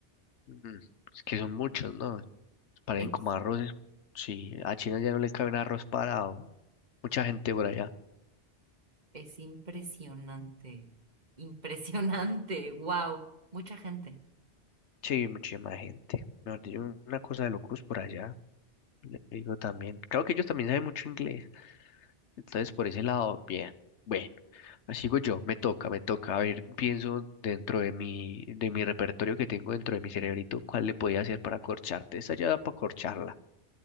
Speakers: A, on the left (about 80°); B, on the right (about 40°).
A: Mm, Es que son muchos, ¿no? Parecen
B: Es,
A: como arroces. Sí, a China ya no le cabe un arroz parado. Mucha gente por allá.
B: es impresionante. Impresionante. Wow. Mucha gente.
A: Sí, muchísima gente. Mejor dicho, una cosa de locos por allá. Le digo también. Creo que ellos también saben mucho inglés. Entonces, por ese lado, bien. Bueno. Sigo yo, me toca, me toca. A ver, pienso dentro de mi, de mi repertorio que tengo dentro de mi cerebrito, cuál le podía hacer para corcharte. Esta ya da para corcharla,